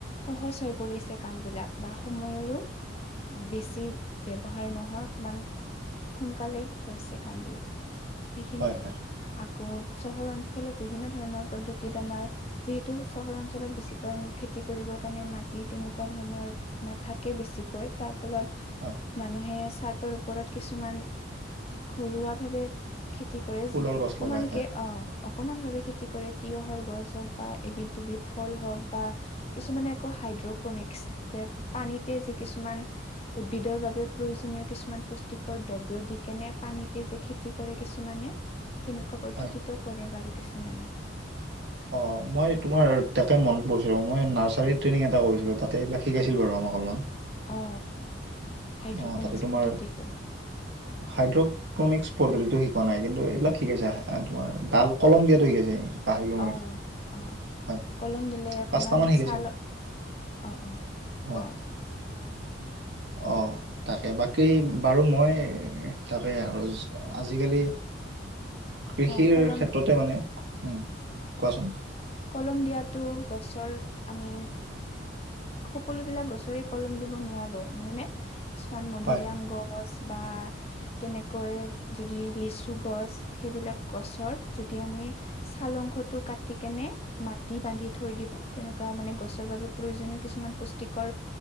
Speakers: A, on the left; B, on the right.
A: সহজ হৈ পৰিছে কাম বিলাক। বা সময়ৰো বেছি ব্যৱহাৰ নহয় অকণমান। সোনকালে হৈছে কাম বিলাক সেইখিনিয়ে
B: হয় হয়
A: আৰু।
B: হয়
A: আকৌ চহৰ অঞ্চলত বিভিন্ন ধৰণৰ পদ্ধতিত আমাৰ। যিহেতু চহৰ অঞ্চলত বেছিকৈ খেতি কৰিবৰ কাৰণে মাটি তেনেকুৱা ধৰণৰ। নাথাকে বেছিকৈ তাৰ ফলত
B: হয়
A: মানুহে চাৰ্টৰ ওপৰত কিছুমান। ঘৰুৱা ভাৱে খেতি কৰে
B: ফুলৰ
A: যি
B: গছ
A: অকমানকে
B: লগাই হয়
A: অহ। অকমান ভাৱে খেতি কৰে তিঁয়ঁহৰ গছ হওঁক বা এবিধ দুবিধ ফল হওঁক বা। কিছুমানে আকৌ হাইড্ৰকনিক্স যে পানীতে যি কিছুমান। উদ্ভিদৰ বাবে প্ৰয়োজনীয় কিছুমান পুষ্টিকৰ দ্ৰব্য দি কেনে পানীতে যেখেত। কৰে কিছুমানে তেনেকুৱা পদ্ধতিত
B: হয়।
A: কৰে বাৰু কিছুমানে।
B: অঁ মই তোমাৰ তাক মন পৰিছিলোঁ মই অ অ অ মই তোমাৰ তাকে মনত পৰিছে ৰবা মই নাৰ্চাৰীত ট্ৰেইনিং এটা কৰিছিলোঁ। তাতে এইবিলাক শিকাইছিল বাৰু আমাক। অলপমান।
A: অ। হাইড্ৰকনিক্স
B: অঁ তাতে তোমাৰ
A: পদ্ধতিটো
B: হাইড্ৰ'ক <unintelligible> পদ্ধতিতটো শিকোৱা নাই কিন্তু এইবিলাক শিকাইছে আহা তোমাৰ ডাল কলম দিয়াতো শিকাইছে। পাহৰিলো
A: অ,
B: মই
A: অ
B: হয়
A: কলম দিলে অকমান
B: পাঁচটামান শিকাইছিল
A: চালত। অ অঁ
B: হয়
A: কম।
B: অ। থাকে বাকী বাৰু মই তাৰে আৰু আজি-কালি কৃষিৰ
A: অ কলম
B: ক্ষেত্ৰতে মানে উম কোৱাচোন
A: কলম দিয়াতো গছৰ আমি সকলো বিলাক গছৰে কলম দিব নোৱাৰো নহয় নে কিছুমান মধুৰিআম
B: হয় হয়
A: গছ বা তেনেকৈ যদি লিচু গছ সেইবিলাক গছৰ যদি আমি চাল অংশটো কাটিকেনে মাটি বান্ধি থৈ দিব তেনেকুৱা মানে গছৰ বাবে প্ৰয়োজনীয় কিছুমান পুষ্টিকৰ